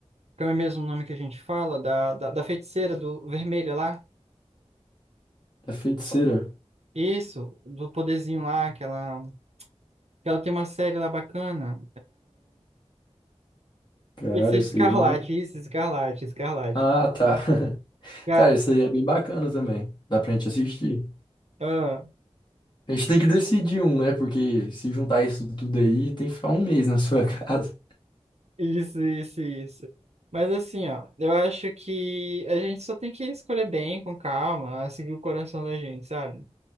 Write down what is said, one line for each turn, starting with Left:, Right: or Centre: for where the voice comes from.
Right: como é mesmo o nome que a gente fala, da, da, da feiticeira do vermelha lá.
Left: da feiticeira.
Right: Isso, do poderzinho lá, que ela, que ela tem uma série lá bacana.
Left: Cara,
Right: Feiticeiro
Left: isso
Right: Escarlate,
Left: aí eu não.
Right: isso, Escarlate, Escarlate.
Left: Ah, tá. <laughs>
Right: Cara,
Left: Cara, isso aí é bem bacana também. Dá pra gente assistir.
Right: ah,
Left: A gente tem que decidir um, né? Porque se juntar isso tudo aí, tem que ficar um mês na sua <laughs> casa.
Right: isso, isso, isso. Mas assim, ó, eu acho que a gente só tem que escolher bem, com calma, seguir o coração da gente, sabe?